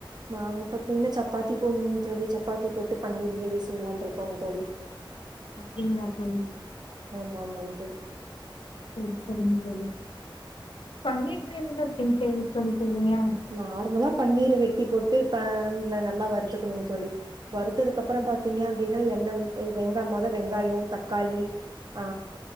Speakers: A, on the right (about 50°); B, on the left (about 75°).
A: நாங்க பாத்தீங்னா சப்பாத்தி போடணு தோழி சப்பாத்தி போட்டு பன்னீர் கிரேவி செய்யலானு இருகோங் தோழி
B: அப்டிங்ளா தோழி
A: ஆமா ஆமாங் தோழி
B: சரி சரிங்க தோழி பண்ணிட்டு இருங்கன்னப்பனு தோழி சொல்றீங்க
A: நார்மலா பன்னீர வெட்டி போட்டு ஃபேன்ல நல்லா வருத்துக்கனு தோழி வருத்ததுக்கு அப்பறோ பாத்தீங்க அப்டின்னா எண்ணெய் மொத வெங்காயோ தக்காளி ஆ